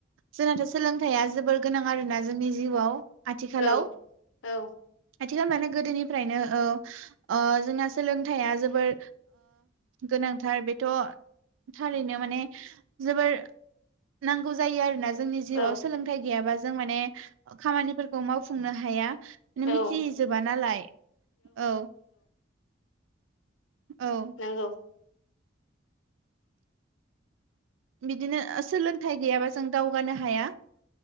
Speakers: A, on the right; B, on the left.
A: जोंनाथ' सोलोंथाइया जोबोर गोनां आरोना जोंनि जिउआव आथिखालाव
B: औ औ
A: आथिखाल माने गोदोनिफ्रायनो ओ ओ जोंना सोलोंथाइया ओ जोबोर गोनांथार बेथ' थारैनो माने जोबोर नांगौ जायो आरोोना जोंनि जिउआव
B: औ
A: सोलोंथाइ गैयाबा जों माने खामानिफोरखौ मावफुंनो हाया माने
B: औ
A: मिथिजोबा नालाय औ। औ।
B: नंगौ।
A: बिदिनो सोलोंथाइ गैयाबा जों दावगानो हाया।